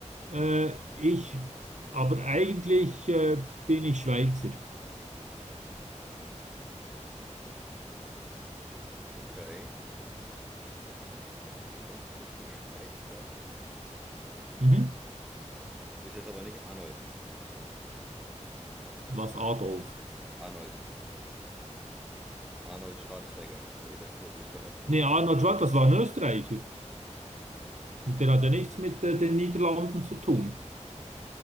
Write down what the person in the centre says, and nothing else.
Okay. Eigentlich bist du Schweizer.
Bist jetzt aber nicht Arnold.
Arnold. Arnold Schwarzenegger. Nee, der kommt aus Österreich, ne?